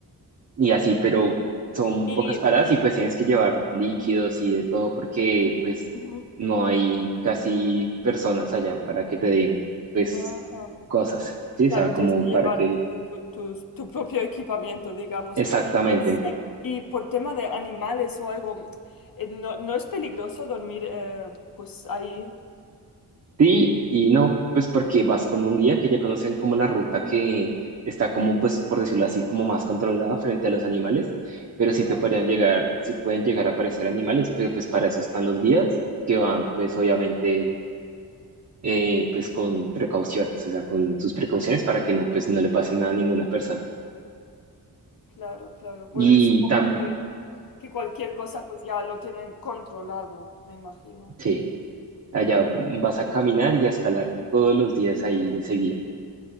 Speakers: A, on the right; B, on the left.
A: y así, pero son
B: Y,
A: pocas paradas
B: y-
A: y pues tienes que llevar líquidos y de todo porque pues
B: ujú,
A: no hay casi personas allá para que te den pues
B: ajá,
A: cosas, ¿sí? O
B: claro,
A: sea, como
B: tienes que
A: para
B: llevar
A: que
B: tu, tu, tus- tu propio equipamiento, digamos.
A: Exactamente.
B: Y, es seg- y por tema de animales o algo, eh, no, no es peligroso dormir eh, pues ahí.
A: Sí y no, pues porque vas con un guía que ya conocen como la ruta que está como, pues por decirlo así, como más controlada frente a los animales, pero sí
B: Ajá,
A: te podrían llegar, sí pueden llegar a aparecer animales, pero pues para eso están los guías que van pues obviamente eh, pues con precauciones, o sea, con sus precauciones para que no pues no le pase nada a ninguna persona.
B: claro, claro. Bueno,
A: Y
B: y supongo
A: también,
B: que, que cualquier cosa pues ya lo tienen controlado, me imagino.
A: sí, allá vas a caminar y a escalar todos los días ahí de seguida.